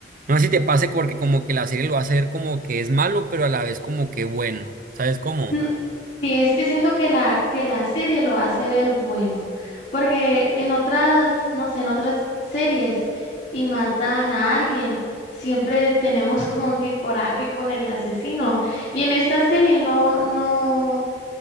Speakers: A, on the right (about 50°); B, on the left (about 45°).
A: No sé si te pase porque como que la serie lo hace ver como que es malo, pero a la vez como que bueno, ¿sabes cómo?
B: No, sí, es que siento que la, que la serie lo hace ver bueno, porque en otras, no sé, en otras series y matan a alguien, siempre tenemos <laughs> como que coraje con el asesino, y en esta serie no, no,